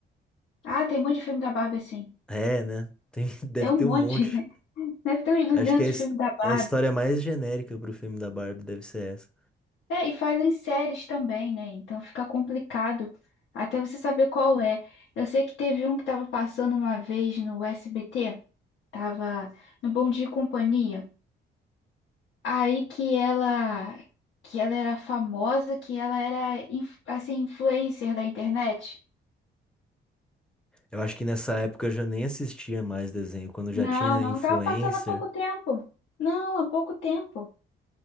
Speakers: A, on the left; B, in the centre.
A: Ah, tem um monte de filme da Barbie assim.
B: É, né? Tem, <laughs> deve
A: É um
B: ter
A: monte.
B: um monte.
A: <laughs> Deve ter uns 200
B: Acho que é a his-
A: filmes da Barbie.
B: é a história mais genérica pro filme da Barbie deve ser essa.
A: É, e fazem séries também, né? Então fica complicado até você saber qual é. Eu sei que teve um que tava passando uma vez no SBT, tava no Bom Dia e Companhia. Aí que ela que ela era famosa, que ela era inf- assim influencer da internet.
B: Eu acho que nessa época eu já nem assistia mais desenho, quando já
A: Não,
B: tinha
A: não,
B: influencer.
A: tava passando há pouco tempo. Não, há pouco tempo.